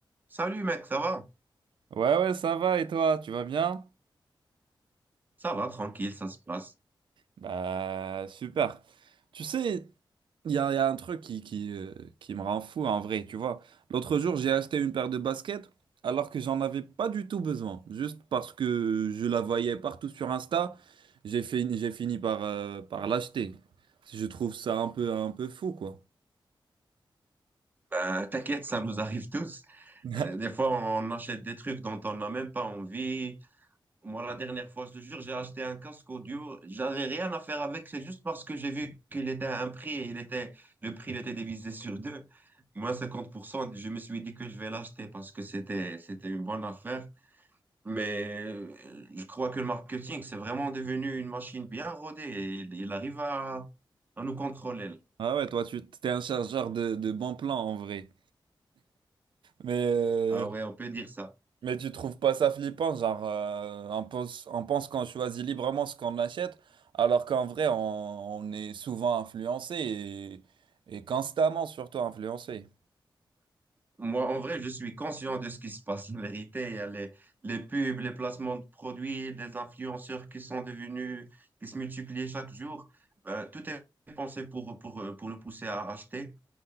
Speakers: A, on the right; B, on the right.
A: Salut mec, ça va?
B: Ouais, ouais, ça va, et toi, tu vas bien?
A: Ça va, tranquille, ça se passe.
B: Bah, super. Tu sais, il y a, il y a un truc qui, qui, euh, qui me rend fou en vrai, tu vois. L'autre jour, j'ai acheté une paire de baskets alors que j'en avais pas du tout besoin. Juste parce que je la voyais partout sur Insta, j'ai fini, j'ai fini par, euh, par l'acheter. Je trouve ça un peu, un peu fou, quoi.
A: Ben, t'inquiète, ça nous arrive tous.
B: <laughs>
A: Euh, des fois, on achète des trucs dont on n'a même pas envie. Moi, la dernière fois, je te jure, j'ai acheté un casque audio. J'avais rien à faire avec, c'est juste parce que j'ai vu qu'il était à un prix et il était, le prix il était divisé sur deux. Moi, 50%, je me suis dit que je vais l'acheter parce que c'était, c'était une bonne affaire. Mais euh, je crois que le marketing, c'est vraiment devenu une machine bien rodée et il, il arrive à, à nous contrôler.
B: Ah ouais, toi, tu t'es un chargeur de, de bons plans en vrai. Mais euh,
A: Ah ouais, on peut dire ça.
B: Mais tu trouves pas ça flippant, genre euh, on pense, on pense qu'on choisit librement ce qu'on achète, alors qu'en vrai on, on est souvent influencé et, et constamment surtout influencé.
A: Moi, en vrai, je suis conscient de ce qui se passe. En vérité, il y a les, les pubs, les placements de produits, les influenceurs qui sont devenus, qui se multiplient chaque jour. Euh, tout est pensé pour, pour, pour le pousser à acheter